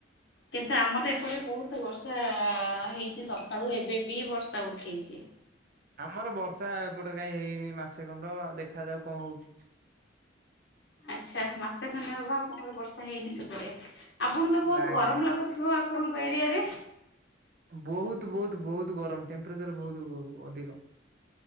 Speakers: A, on the left (about 60°); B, on the right (about 50°).
A: କିନ୍ତୁ ଆମର ଏପଟେ ବହୁତୁ ବର୍ଷା ହେଇଚି ସକାଳୁ ଏବେ ବି ବର୍ଷା ଉଠେଇଚି।
B: ଆମର ବର୍ଷା ଏପଟେ କାଇଁ ହେଇନି ମାସେ ଖଣ୍ଡ ଦେଖାଯାଉ କଣ ହଉଚି।
A: ଆଚ୍ଛା, ମାସେ ଖଣ୍ଡେ ହବ ଆପଣଙ୍କର ବର୍ଷା ହେଇନି ସେପଟେ ଆପଣଙ୍କୁ ତ ବହୁତ୍
B: ନାଇଁ
A: ଗରମ
B: ନାଇଁ।
A: ଲାଗୁଥି ଥିବ ଆପଣଙ୍କ ଏରିଆ ରେ?
B: ବୋହୁତୁ ବୋହୁତୁ ବୋହୁତୁ ଗରମ ଟେମ୍ପେରେଚର ବୋହୁତୁ ଅଧିକ।